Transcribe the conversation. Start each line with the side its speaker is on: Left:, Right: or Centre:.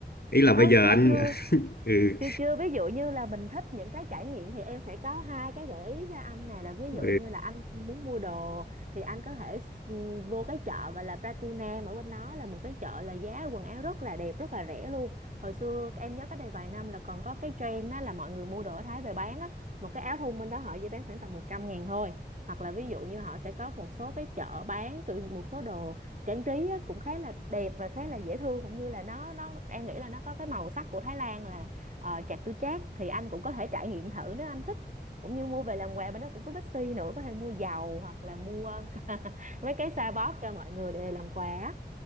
Left: ý là
Right: không
Left: bây giờ
Right: chưa
Left: anh
Right: chưa
Left: <laughs> ừ,
Right: chưa chưa ví dụ như là mình thích những cái trải nghiệm thì em sẽ có hai cái gợi ý cho anh này là ví
Left: ừ,
Right: dụ như là anh muốn mua đồ thì anh có thể ừ, vô cái chợ gọi là Pratunam ở bên đó là một cái chợ là giá quần áo rất là đẹp rất là rẻ luôn hồi xưa em nhớ cách đây vài năm là còn có cái trend đó là mọi người mua đồ ở Thái về bán á một cái áo thun bên đó họ chỉ bán khoảng tầm một trăm ngàn thôi hoặc là ví dụ như họ sẽ có một số cái chợ bán kiểu một số đồ trang trí á, cũng khá là đẹp và khá là dễ thương cũng như là nó nó em nghĩ là nó có cái màu sắc của Thái Lan là ờ, chạc tư trác thì anh cũng có thể trải nghiệm thử nếu anh thích cũng như mua về làm quà bên đó cũng có Bixi nữa có thể mua dầu hoặc là mua <laughs> mấy cái xoa bóp cho mọi người để làm quà á.